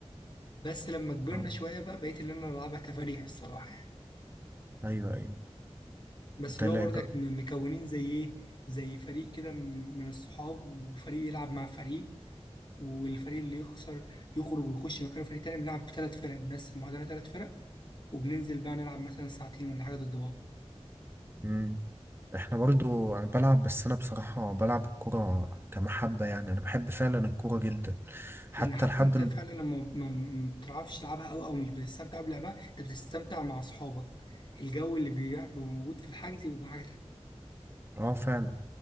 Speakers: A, on the left; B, on the right.
A: بس لما كبرنا
B: آه.
A: شويه بقى بقيت اللي انا بلعبها تفاريح الصراحه يعني
B: ايوه ايوه
A: بس
B: انت
A: اللي
B: لا
A: هو برضك
B: انت
A: م- مكونين زي ايه زي فريق كده م- من الصحاب وفريق يلعب مع فريق والفريق اللي يخسر يخرج ويخش مكانه فريق تاني بنلعب بثلاث فرق بنقسم بعضنا ثلاث فرق وبننزل بقى نلعب مثلا ساعتين ولا حاجه ضد بعض
B: مم. احنا برضو انا بلعب بس انا بصراحة بلعب الكرة كمحبة يعني انا بحب فعلا الكرة جدا حتى
A: لان حتى
B: لحد
A: انت
B: م-
A: فعلا لما ما ما بتعرفش تلعبها او او مش بتستمتع بلعبها انت بتستمتع مع اصحابك الجو اللي بيبقى موجود في الحجز بيبقى حاجه تانية
B: اه فعلا